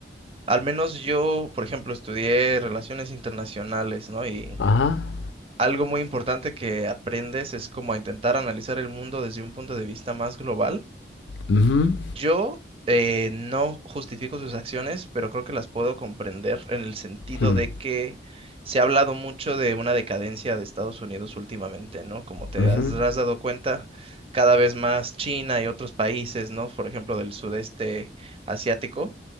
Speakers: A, on the right; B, on the left.
A: Al menos yo, por ejemplo, estudié relaciones internacionales, ¿no? Y
B: Ajá.
A: algo muy importante que aprendes es como a intentar analizar el mundo desde un punto de vista más global.
B: Mhm.
A: Yo eh, no justifico sus acciones, pero creo que las puedo comprender en el sentido
B: Hmm.
A: de que se ha hablado mucho de una decadencia de Estados Unidos últimamente, ¿no? Como te
B: Mhm.
A: has has dado cuenta, cada vez más China y otros países, ¿no? Por ejemplo, del sudeste asiático